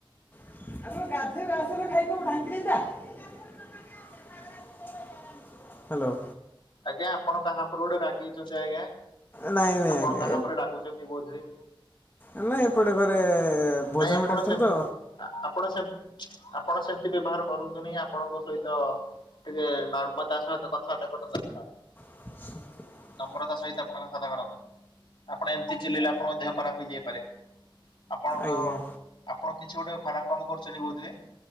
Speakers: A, on the left; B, on the left.
A: <unintelligible> ହ୍ୟାଲୋ।
B: ଆଜ୍ଞା ଆପଣ କାହା ଉପରେ ଗୋଟେ ରାଗିଛନ୍ତି ଆଜ୍ଞା
A: ନାଇଁ ନାଇଁ
B: ଆପଣ
A: ଆଜ୍ଞା
B: କାହା ଉପରେ ରାଗୁଛନ୍ତି ବୋଧ ହୁଏ
A: ଆମେ ଏପଟେ ଘରେ ଭୋଜନ
B: ନାଇଁ ଆପଣ
A: ବି ଡାକୁଛନ୍ତି
B: ସେମିତି
A: ତ
B: ଆପଣ ସେ ଆପଣ ସେମିତି ବ୍ୟବହାର କରନ୍ତୁନି ଆପଣଙ୍କ ସହିତ ଟିକେ ନର୍ମତା ସହିତ କଥାବାର୍ତ୍ତା <unintelligible> କରିବା ଦରକାର।
A: <inaudible>
B: ନମ୍ରତା ସହିତ <unintelligible> ଆପଣ ଏମିତି ଚିଲେଇଲେ ଆପଣ ଖରାପ ହେଇଯାଇପାରେ ଆପଣ ଆପଣ
A: ଆଜ୍ଞା
B: କିଛି ଗୋଟେ ଖରାପ କାମ କରୁଛନ୍ତି ବୋଧେ